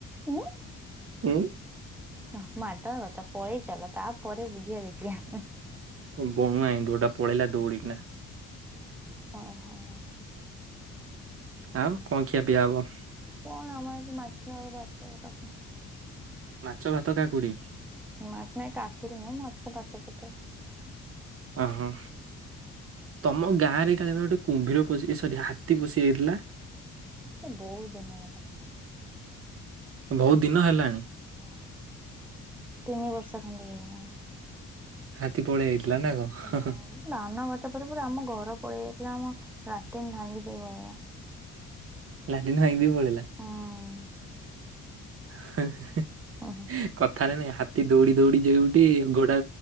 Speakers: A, in the centre; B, on the right.
A: ହୁଁ।
B: ଉଁ
A: ତ ମାଡ଼ ପଳେଇ ଚାଲ ତାପରେ ବୁଝିବା ଦେଖିିବା।
B: ବଣୁଆ ଏଣ୍ଡୁଅଟା ପଳେଇଲା ଦଉଡ଼ିକିନା।
A: ଅ ହଁ।
B: ଆଉ କଣ ଖିଆ ପିଆ ହବ?
A: କଣ ହବ ଆଜି ମାଛ ଆଉ ଭାତ ଆଉ ତରକା
B: ମାଛ, ଭାତ କାକୁଡ଼ି।
A: ମା ନାଇଁ କାକୁଡି ନୁହଁ ମାଛ, ଫାଛ ପକାଏ।
B: ଅ ହଁ ତମ ଗାଁ ରେ କାଳେ ପା ଗୋଟେ କୁମ୍ଭୀର ପଶି ଏ ସରି ହାତୀ ପଶିଯାଇଥିଲା?
A: ସେ ବହୁ ଦିନର କଥା।
B: ବହୁ ଦିନ ହେଲାଣି?
A: ହଁ ତିନି ବର୍ଷ ଖଣ୍ଡେ ହେଇଗଲାଣି।
B: ହାତୀ ପଳେଇ ଆଇଥିଲା ନା କଣ ହଁ
A: ହୁଁ
B: ହଁ।
A: ଧାନ ଗଛ ପରେ ପରେ ଆମ ଘର ପଳେଇ ଆଇଥିଲା ଆମ ଲାଟିନ୍ ଭାଙ୍ଗି ଦେଇ ପଳେଇଲା।
B: ଲାଟିନ୍ ଭାଙ୍ଗିଦେଇ ପଳେଇଲା।
A: ହଁ
B: ହେଁ ହେଁ।
A: ଓ ହୋ।
B: କଥାରେ ନାଇଁ ହାତୀ ଦୌଡି ଦୌଡି ଯେଉଠି ଘୋଡା